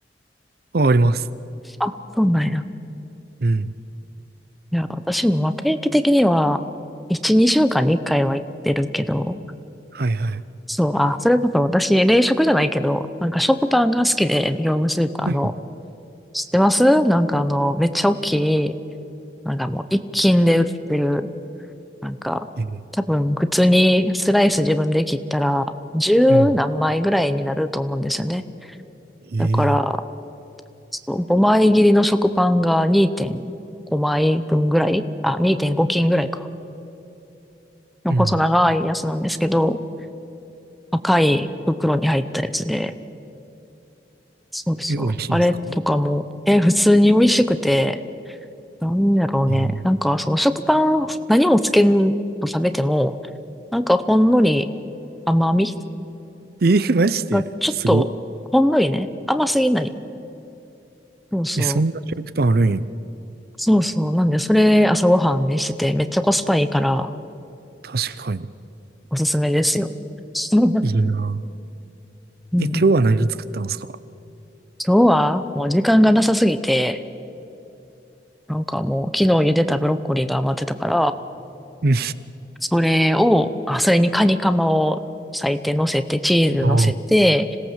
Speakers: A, on the right (about 55°); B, in the centre.
A: あ、あります。
B: あ、そうなんや。
A: うん。
B: いや、私もまあ定期的には、1、2週間に1回は行ってるけど、
A: はいはい。
B: そう、あ、それこそ私、冷食じゃないけど、なんか食パンが好きで、業務スーパーの、
A: うん。
B: 知ってますなんかあの、めっちゃ大きい、なんかもう一斤で売ってる、なんか、
A: えー、
B: 多分普通にスライス自分で切ったら、十何枚ぐらいになると思うんですよね。
A: うん。えー
B: だから、そう、5枚切りの食パンが2.5枚分ぐらい、あ、2.5斤ぐらいか。の細長いやつなんですけど、
A: うん。
B: 赤い袋に入ったやつで、そうそう。
A: え、美味しいんですか
B: あれとかも、え、普通に美味しくて、なんだろうね。
A: えー
B: なんか、その食パン、何もつけんと食べても、なんかほんのり甘み
A: えーマジですごい。
B: がちょっと、ほんのりね、甘すぎない。そうそう。
A: え、そんな食パンあるんや。
B: そうそう。なんで、それ朝ごはんにしてて、めっちゃコスパいいから、
A: 確かに。
B: おすすめですよ。<laughs>
A: いいな。
B: うん、
A: え、
B: 今
A: 今日は何作ったんですか
B: 日はもう時間がなさすぎて、なんかもう昨日茹でたブロッコリーが余ってたから、
A: うん。
B: それを、あ、それにカニカマを裂いて乗せて、チーズ乗せて、
A: あ